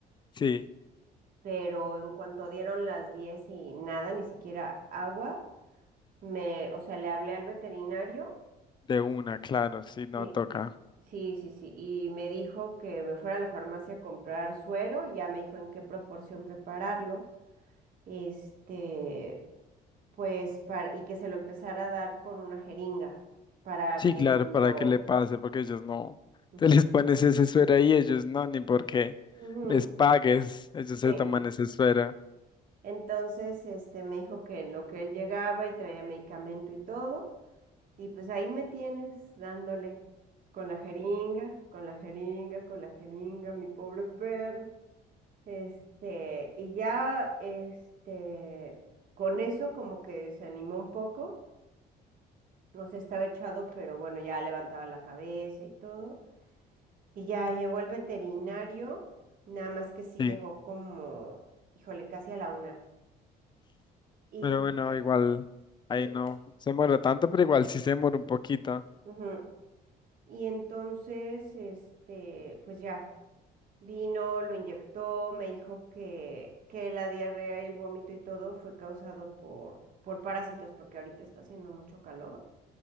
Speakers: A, on the left (about 25°); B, on the right (about 55°).
A: Sí,
B: pero en cuanto dieron las 10 y nada, ni siquiera agua, me, o sea, le hablé al veterinario,
A: de una, claro, sí, no
B: Sí.
A: toca.
B: sí, sí, sí, y me dijo que me fuera a la farmacia a comprar suero, y ya me dijo en qué proporción prepararlo, este, pues, para, y que se lo empezara a dar con una jeringa, para
A: Sí,
B: que
A: claro,
B: en
A: para
B: lo...
A: que le pase, porque ellos no.
B: Ujú,
A: Te les pones ese suero ahí, ellos no, ni porque
B: ujú,
A: les pagues, ellos
B: sí,
A: se toman
B: no.
A: ese suero.
B: Entonces, este, me dijo que en lo que él llegaba y traía medicamento y todo, y pues ahí me tienes dándole con la jeringa, con la jeringa, con la jeringa, mi pobre perro. Este, y ya, este, con eso como que se animó un poco, no se estaba echado, pero bueno, ya levantaba la cabeza y todo. Y ya llegó el veterinario, nada más que sí
A: Sí.
B: llegó como, híjole, casi a la una. Y
A: Pero bueno,
B: ya.
A: igual ahí
B: Sí.
A: no se muere tanto, pero igual sí se muere un poquito.
B: ujú. Y entonces, este, pues ya, vino, lo inyectó, me dijo que, que la diarrea y el vómito y todo fue causado por, por parásitos, porque ahorita está haciendo mucho calor.